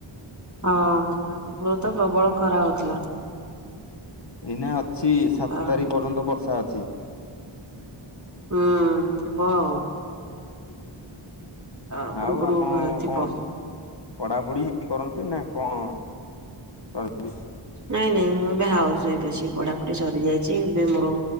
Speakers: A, on the right; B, on the left.
A: ହଁ ବହୁତ ପ୍ରବଳ ଖରା ହଉଥିଲା।
B: ଏଇନା ଅଛି ସାତ
A: ତା
B: ତାରିଖ ପର୍ଯ୍ୟନ୍ତ ବର୍ଷା ଅଛି।
A: ହୁଁ ଥିବ ଆଉ। ତା ପରକୁ
B: ଆଉ
A: ପର
B: ଆପଣ
A: ହଁ ଥିବ।
B: କଣ ପଢାପଢି କରନ୍ତି ନା କଣ କରନ୍ତି?
A: ନାଇଁ ନାଇଁ ମୁଁ ଏବେ ହାଉସ୍ ୱାଇଫ୍ ଅଛି। ପଢାପଢି ସରିଯାଇଛି। ଏବେ ମୋର